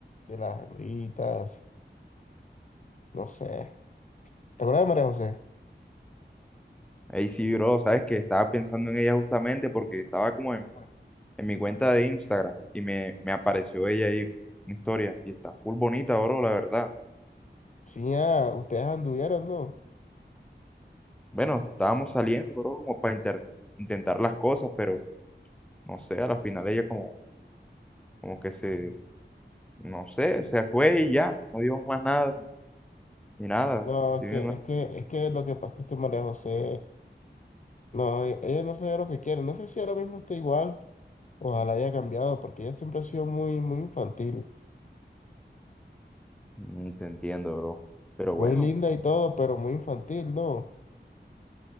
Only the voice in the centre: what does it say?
Ahí sí, bro, sabes que estaba pensando en ella justamente porque estaba como en,
en mi cuenta de Instagram y me, me apareció ella ahí, una historia, y está full bonita, bro, la verdad.
Bueno, estábamos saliendo, bro, como para inter- intentar las cosas, pero no sé, a la final ella como, como que se, no sé, se fue y ya, no dijo más nada, ni, ni nada.
Yo
no-
mm, te entiendo, bro. Pero bueno,